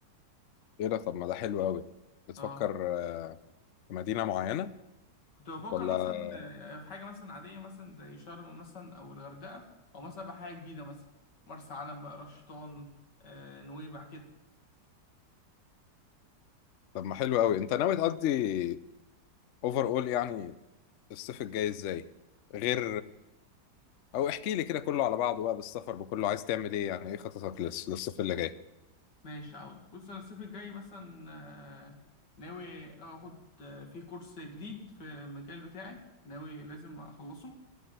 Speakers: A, on the left (about 85°); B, on the left (about 70°).
A: ايه ده طب ما ده حلو قوي بتفكر
B: اه
A: آه، في مدينه معينه
B: كنت بفكر
A: ولا
B: مثلا آه، في حاجه مثلا عاديه مثلا زي شرم مثلا او الغردقه او مثلا بحاجه جديده مثلا مرسى علم بقى رشطان آه، نويبع كده
A: طب ما حلو قوي انت ناوي تقضي اوفر اول يعني الصيف الجاي ازاي غير او احكي لي كده كله على بعضه بقى بالسفر بكله عايز تعمل ايه يعني ايه خططك للص- للصيف اللي جاي
B: ماشي هقولك بص انا الصيف الجاي مثلا آه، ناوي اخد آه، فيه كورس جديد في المجال بتاعي ناوي لازم اخلصه